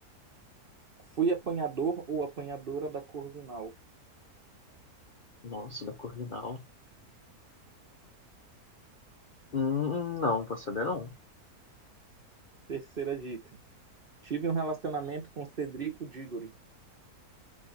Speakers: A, on the right (about 45°); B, on the left (about 45°).
A: fui apanhador ou apanhadora da Corvinal.
B: Nossa, da Corvinal. Hum, não, vou saber não.
A: Terceira dica. Tive um relacionamento com Cedrico Diggory.